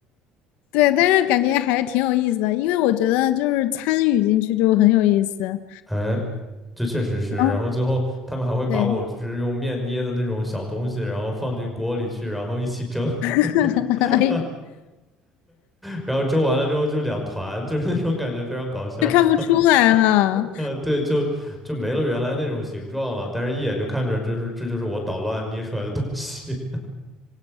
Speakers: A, on the left; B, in the centre.
A: 对，但是感觉还是挺有意思的，因为我觉得就是参与进去就很有意思。
B: 哎，就确实是。
A: 然后
B: 然后最后他们还会把我就是用面捏的那种小东西，
A: 对，
B: 然后放进锅里去，然后一起蒸
A: <laughs>
B: <laughs>，
A: 哎
B: 然后蒸完了之后就两团，就是那种感觉非常搞笑
A: 就看不出来了。
B: <laughs>。呃，对，就就没了原来那种形状了，但是一眼就看出来，就是这就是我捣乱捏出来的东西。<laughs>